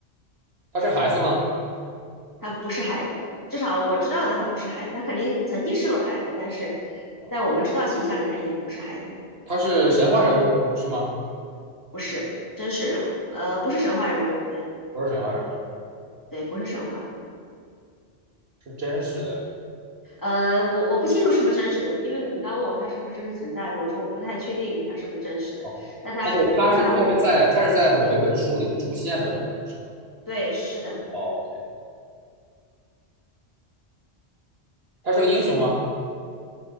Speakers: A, on the right; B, on the left.
A: 他是孩子吗？
B: 他不是孩子，至少我知道的他不是孩子，他肯定曾经是个孩子，但是
A: 啊、
B: 在我们知道形象里他已经不是孩子了
A: 他是神话人物是吗？
B: 不是真实人物，呃，
A: 哦，
B: 不是神话人物，对
A: 不是神话人物，
B: 对，不是神话。
A: 是真实的。
B: 呃，我我不清楚是不是真实的，因为你刚问我他是不是真实存在的，我说我不太确定他是不是真实的，
A: 哦，
B: 但他，
A: 那就他是他是在他是在某一本书里面出现的人物是吧？
B: 但他，我对是的，
A: 哦，OK，他是个英雄吗？